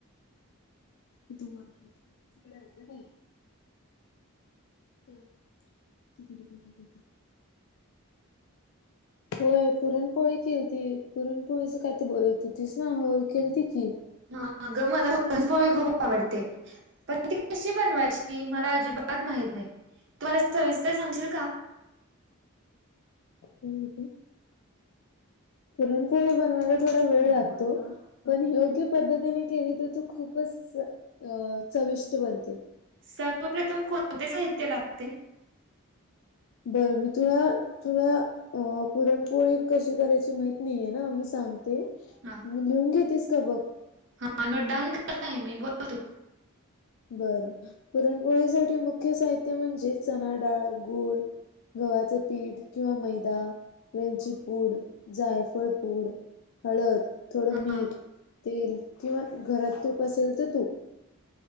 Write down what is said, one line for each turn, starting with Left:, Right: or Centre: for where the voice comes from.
Left: <unintelligible> <unintelligible> होय पुरणपोळी केलीती, पुरणपोळीच काय तर बोलत होतीस ना, होय केलती की.
Right: हा गं मला पुरणपोळी खूप आवडते, पण ती कशी बनवायची? मला अजिबात माहित नाही, तु मला सविस्तर सांगशील का?
Left: हो, येतंय. पुरणपोळी बनवायला थोडा वेळ लागतो, पण योग्य पद्धतीने केली तर खुप खूपच चविष्ट बनते.
Right: सर्वप्रथम कोणते साहित्य लागते?
Left: बरं मी तुला, तुला. अ, पुरणपोळी कशी करायची माहित नाहीये ना, मी सांगते.
Right: हा,
Left: लिहून घेतेस का बघ
Right: हा नोटडाऊन करत आहे मी, बोल तु.
Left: बरं, पुरणपोळीसाठी मुख्य साहित्य म्हणजे चणाडाळ, गूळ गव्हाचं पीठ किंवा मैदा, वेलची पूड, जायफळ पूड हळद, थोडं
Right: हा
Left: मीठ, तेल किंवा घरात तूप असेल तर तूप.